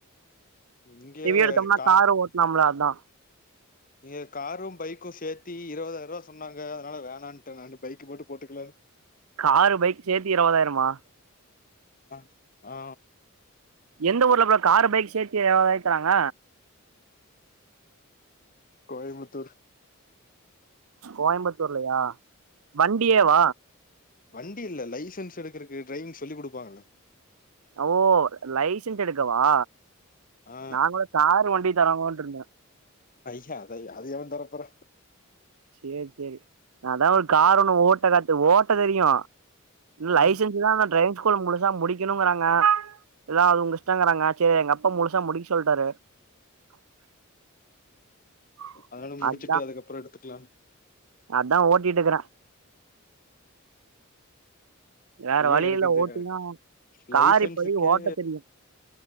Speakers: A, on the left; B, on the right.
A: இங்க
B: ஹெவியா எடுத்தம்னா
A: கா
B: காரு ஓட்லாம்ல அதா
A: நீங்க காரு பைக்கு சேத்தி இருவதாயர்வா சொன்னாங்க அதனால வேணான்ட்ட நானு பைக்கு மட்டு போட்டுக்லான்
B: காரு பைக் சேத்தி இருவதாய்ரமா
A: ப ஆ
B: எந்த ஊர்ல போல காரு பைக் சேத்தி எவாரக் தறாங்க
A: கோயமுத்தூர்
B: கோயம்புத்தூர்லயா வண்டியேவா
A: வண்டி இல்ல லைசன்ஸ் எடுக்குறக்கு ட்ரைவிங் சொல்லி குடுப்பாங்கல்ல
B: ஓ லைசன்ஸ் எடுக்கவா
A: ஆ
B: நாங்களு காரு வண்டி தராங்ளோன்ருந்த
A: ஐய அத அது எவ தற போற
B: சேர் சேரி நா அதா ஒரு கார் ஒன்னு ஓட்ட கத்து ஓட்ட தெரியு லைசன்ஸுதா
A: ஆ
B: அந்த ட்ரைவிங் ஸ்கூல முழுசா முடிக் க்கின்ணுங்றாங்க இல்னா அது உங்க இஷ்டங்குறாங்க செரி எங்க அப்பா முழுசா முடிக்க சொல்ட்டாரு <unintelligible>
A: அதனால முடிச்சுட்டு
B: அதா
A: அதுக்கப்புற எடுத்துக்லா
B: அதா ஓட்டிட்ருக்குற வேற
A: ஏ
B: வழி
A: எனக்கு
B: இல்ல
A: இந்த
B: ஓட்டிதா கார்
A: லைசன்ஸுக்கே
B: இப்பதைக்கு ஓட்ட தெரியு